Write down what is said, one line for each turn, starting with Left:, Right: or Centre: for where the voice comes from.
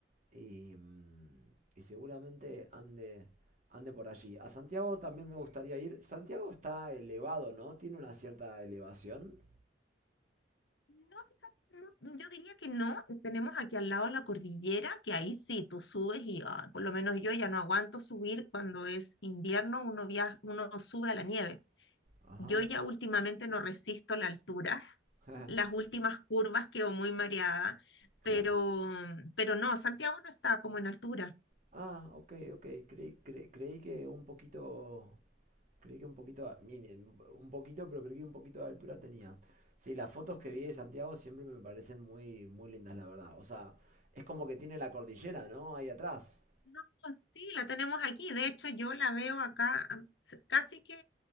Right: y, mm, y seguramente ande, ande por allí. A Santiago también me gustaría ir. Santiago está elevado, ¿no? Tiene una cierta elevación.
Left: No, fíjate, no, yo diría que no. Tenemos aquí al lado la cordillera, que ahí sí, tú subes y ah, por lo menos yo ya no aguanto subir cuando es invierno, uno viaja, uno sube a la nieve.
Right: Ajá.
Left: Yo ya últimamente no resisto la altura,
Right: <laughs>
Left: las últimas curvas quedo muy mareada,
Right: Claro.
Left: pero, pero no, Santiago no está como en altura.
Right: Ah, ok, ok. Creí, cre- creí que un poquito. Creí que un poquito. a- Miren, un poquito, pero creí que un poquito de altura tenía. Sí, las fotos que vi de Santiago siempre me parecen muy, muy lindas, la verdad. O sea, es como que tiene la cordillera, ¿no? Ahí atrás.
Left: No, sí, la tenemos aquí. De hecho, yo la veo acá am, s- casi que